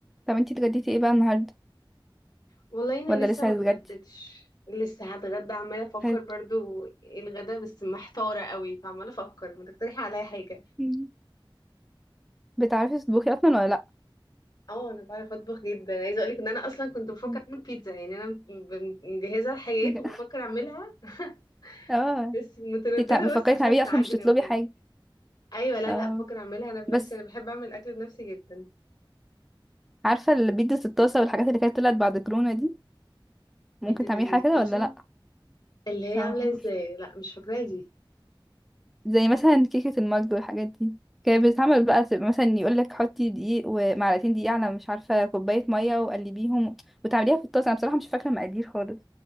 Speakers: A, in the centre; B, on the left.
A: طب انتي اتغديتي ايه بقى النهارده
B: والله انا
A: ولا
B: لسه
A: لسه
B: ما اتغديتش
A: هتتغدي
B: لسه هتغدى عماله افكر
A: هت...
B: برضو ايه الغدا بس محتاره قوي فعماله افكر ما تقترحي عليا حاجه
A: <laughs> بتعرفي تطبخي اصلا ولا لا
B: اه انا بعرف اطبخ جدا عايزه اقولك ان انا اصلا كنت بفكر
A: <laughs>
B: اعمل بيتزا يعني انا م- ب- مجهزه الحاجات
A: بج-
B: وبفكر اعملها <laughs>
A: اه
B: بس متردده
A: انتي تع- بتفكري
B: بس عشان
A: تعملي
B: العجن
A: اصلا مش تطلبي
B: وكده
A: حاجه
B: ايوه لا
A: اه
B: لا بفكر اعملها انا بنفسي
A: بس
B: انا بحب اعمل اكل بنفسي جدا
A: عارفه البيتزا الطاسه والحاجات اللي كانت طلعت بعد كورونا دي
B: بيتزا
A: ممكن تعملي
B: الطازه
A: حاجه كده ولا لا
B: اللي
A: اه
B: هي عامله ازاي لا مش فاكراها دي
A: زي مثلا كيكه المج والحاجات دي كانت بتتعمل بقى تبقى مثلا يقولك حطي دقيق ومعلقتين دقيق على مش عارفه كوبايه ميه وقلبيهم وتعمليها في الطاسه انا بصراحه مش فاكره مقادير خالص